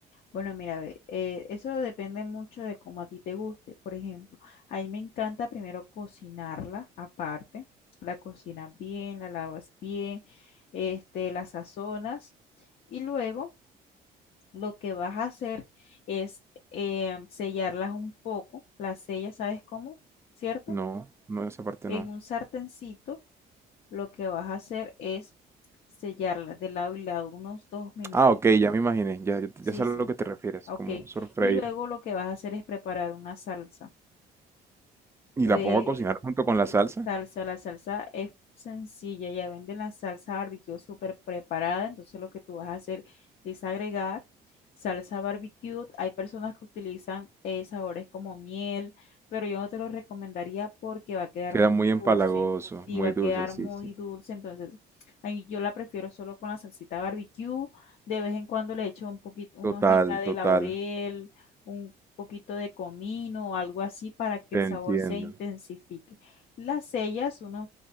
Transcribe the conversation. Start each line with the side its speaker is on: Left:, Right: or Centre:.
Left: Bueno, mira, ve, eh, eso depende mucho de cómo a ti te guste. Por ejemplo, a mí me encanta primero cocinarla aparte. La cocinas bien, la lavas bien, este, la sazonas y luego lo que vas a hacer es eh, sellarlas un poco. Las sellas, ¿sabes cómo? ¿Cierto?
Right: No, no, esa parte
Left: En
Right: no.
Left: un sartencito lo que vas a hacer es sellarlas de lado y lado unos dos minutitos.
Right: Ah, ok, ya me imaginé. Ya, ya,
Left: Sí,
Right: ya sé
Left: sí.
Right: a lo que te refieres,
Left: Ok.
Right: como sofreír.
Left: Y luego lo que vas a hacer es preparar una salsa.
Right: Y
Left: De,
Right: la pongo a cocinar junto
Left: y
Right: con la salsa.
Left: salsa, la salsa es sencilla, ya venden la salsa barbecue súper preparada, entonces lo que tú vas a hacer es agregar salsa barbecue. Hay personas que utilizan eh, sabores como miel, pero yo no te lo recomendaría porque va a quedar
Right: Queda
Left: muy
Right: muy empalagoso,
Left: dulce. Sí,
Right: muy
Left: va a
Right: dulce,
Left: quedar
Right: sí,
Left: muy
Right: sí.
Left: dulce, entonces a mí yo la prefiero solo con la salsita barbecue. De vez en cuando le echo un poquito, una
Right: Total,
Left: hojita de
Right: total.
Left: laurel, poquito de comino o algo así para que
Right: Te
Left: el sabor
Right: entiendo.
Left: se intensifique. Las sellas, unos,